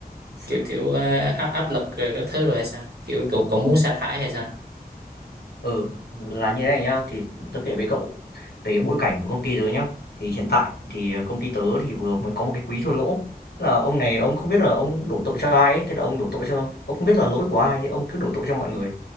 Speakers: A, on the left; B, on the right.
A: ấy.
B: Kiểu kiểu ờ, áp áp lực rồi các thứ rồi hay sao? Kiểu cậu cũng muốn sa thải hay sao?
A: Ừ, là như thế này nhá, thì tớ kể với cậu về cái bối cảnh của công ty tớ nhá. Thì hiện tại thì công ty tớ thì vừa mới có một cái quý thua lỗ. Tức Là ông này ông không biết là ông đổ tội cho ai ấy, thế là ông đổ tội cho ông không biết là lỗi của ai, thì ông cứ đổ tội cho mọi người.